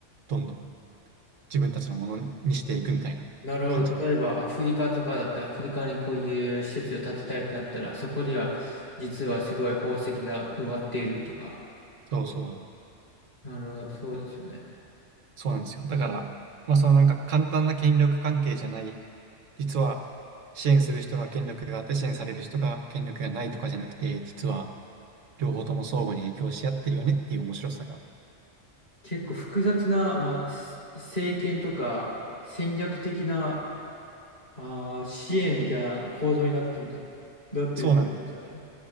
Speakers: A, on the right; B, on the left.
A: どんどん自分たちのものにしていくみたいな感じ。
B: なるほど。例えば、アフリカとかだって、アフリカにこういう施設を建てたいってなったら、そこには、実はすごい宝石が埋まっているとか。
A: そうそう、
B: なるほど。そうですよね。
A: そうなんですよ。だから、まあそのなんか簡単な権力関係じゃない、実は支援する人が権力があって支援される人が権力がないとかじゃなくて、実は両方とも相互に影響し合ってるよねっていう面白さが。
B: 結構複雑な、まあ、す政権とか、戦略的な、あー、支援みたいな構造になってるんです、なってるってことですよね。
A: そうなんですよ。